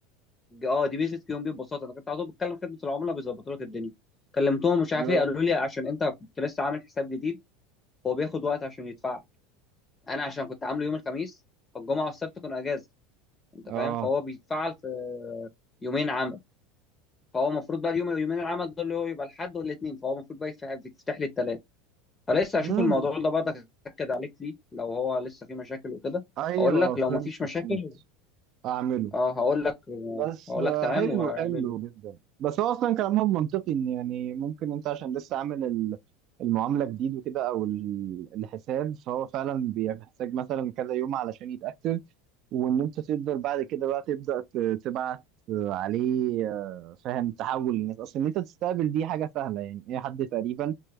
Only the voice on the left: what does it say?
اه دي ميزه كيوم بي ببساطه انا كنت على طول بتكلم خدمه العملاء بيظبطوا لك الدنيا كلمتهم مش عارف
ايه قالوا لي عشان انت كنت لسه عامل حساب جديد هو بياخد وقت عشان يدفع انا عشان كنت عامله يوم الخميس فالجمعه والسبت كانوا اجازه انت
فاهم فهو بيتفعل في يومين عمل فهو المفروض بقى اليوم يومين العمل دول اللي هو يبقى الحد والاثنين فهو المفروض بقى يتفتح يتفتح لي الثلاث فلسه هشوف
الموضوع ده برضك اتاكد عليك فيه لو هو لسه فيه مشاكل وكده
اقول لك
لو مفيش مشاكل
اه هقول لك
هقول
لك تمام
واعمله